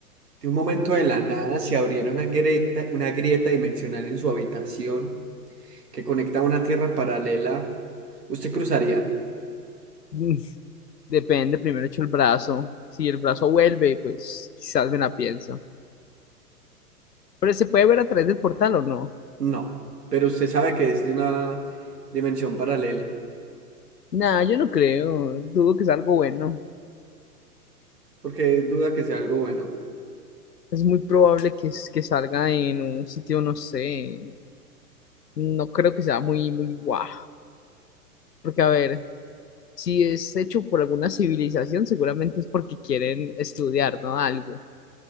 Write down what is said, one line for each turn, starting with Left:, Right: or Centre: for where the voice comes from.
Right: de un momento de la nada se abriera una grieta, una grieta dimensional en su habitación que conecta a una tierra paralela, ¿usted cruzaría?
Left: Mm, Depende, primero echo el brazo. Si el brazo vuelve, pues quizás me la pienso. Pero ¿se puede ver a través del portal o no?
Right: No, pero usted sabe que es de una dimensión paralela,
Left: Nah, yo no creo. Dudo que sea algo bueno.
Right: porque duda que sea algo bueno.
Left: Es muy probable que, s- que salga en un sitio, no sé. No creo que sea muy, muy guau. Porque, a ver, si es hecho por alguna civilización, seguramente es porque quieren estudiar, ¿no? Algo.